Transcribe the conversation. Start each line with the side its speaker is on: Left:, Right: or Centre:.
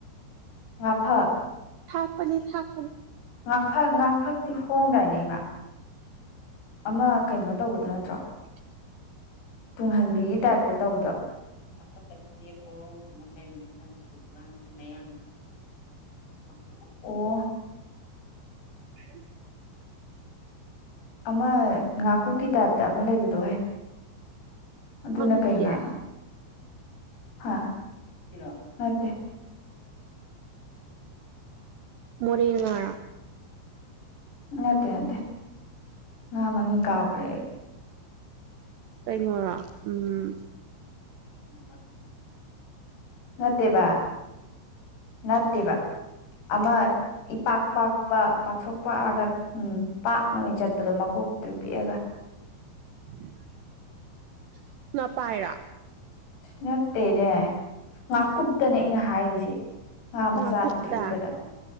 Left: ꯉꯥ ꯐꯛ
Right: ꯊꯥꯛꯄꯖꯦ ꯊꯥꯛ
Left: ꯉꯥꯛꯐꯛ ꯉꯥꯛꯐꯛꯇꯤ ꯍꯣꯡꯗꯥꯏꯅꯦ ꯏꯃꯥ ꯑꯃ ꯀꯩꯅꯣ ꯇꯧꯕꯗꯣ ꯅꯠꯇ꯭ꯔꯣ
Right: <unintelligible>
Left: ꯇꯨꯡꯍꯟꯕꯤꯒꯤ ꯇꯥꯏꯞꯇ ꯇꯧꯕꯗꯣ <inaudible> <unintelligible> ꯑꯣ
Right: ꯎ <inaudible>
Left: ꯑꯃ ꯉꯥꯀꯨꯞꯀꯤ ꯇꯥꯏꯞꯇ ꯑꯃ ꯂꯩꯕꯗꯣꯍꯦ ꯑꯗꯨꯅ
Right: ꯈꯪꯗꯤꯌꯦ
Left: ꯀꯩ ꯉꯥꯅꯣ ꯍꯥ ꯁꯤꯔꯣ ꯅꯠꯇꯦ
Right: ꯃꯣꯔꯦ ꯉꯥ
Left: ꯅꯠꯇꯦ ꯅꯠꯇꯦ ꯉꯥ ꯃꯃꯤꯡ ꯀꯥꯎꯈ꯭ꯔꯦ ꯑꯩ
Right: ꯀꯩꯅꯣꯔꯣ ꯎꯝ
Left: ꯎ <inaudible> ꯅꯠꯇꯦꯕ ꯅꯠꯇꯦꯕ ꯑꯃ ꯏꯄꯥꯛ ꯄꯥꯛꯄ ꯄꯥꯛꯊꯣꯛ ꯄꯥꯛꯑꯒ ꯎꯝ ꯄꯥꯛꯅ ꯑꯣꯏꯅ ꯆꯠꯄꯗꯣ ꯃꯀꯣꯛ ꯄꯤꯛꯇꯔꯨ ꯄꯤꯛꯑꯒ
Right: <unintelligible> ꯅꯄꯥꯏꯔ
Left: ꯅꯠꯇꯦꯔꯦ ꯉꯥꯀꯨꯞꯇꯅꯦ ꯑꯩꯅ ꯍꯥꯏꯔꯤꯁꯦ ꯉꯥ ꯃꯆꯥ
Right: ꯉꯥꯀꯨꯞꯇ
Left: ꯄꯤꯛꯇ꯭ꯔꯨ ꯄꯤꯛꯄꯗ